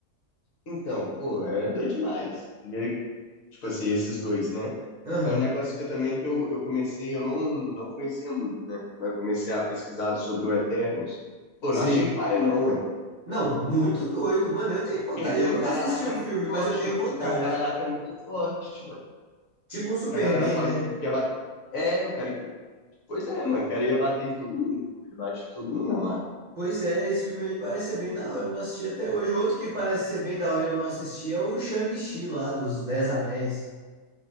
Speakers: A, on the left (about 60°); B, on the right (about 55°).
A: então, pô, é doido demais. Primeiro, tipo assim, esses dois, né?
B: Aham,
A: Mas o negócio que eu também que eu, eu comecei, eu não, não conhecia muito, né? Mas eu comecei a pesquisar sobre o Eternos. Pô,
B: sim.
A: não achei paia, não, ué.
B: Não, muito doido. Mano, eu tenho vontade.
A: Porque tem
B: Eu
A: um
B: nunca
A: cara
B: assisti
A: lá que
B: o
A: é muito
B: filme,
A: forte,
B: mas eu tenho
A: mano.
B: vontade.
A: Tem um cara lá que é muito forte, mano.
B: Tipo um Superman,
A: Que a galera fala
B: né?
A: que, que ia bater. É, o cara que. Pois é, mano, o cara ia bater em todo mundo. pô. Ele bate em todo mundo na marra.
B: Pois é, esse filme aí parece ser bem da hora, eu não assisti até hoje. Outro que parece ser bem da hora e eu não assisti é o Shang-Chi lá dos Dez Anéis.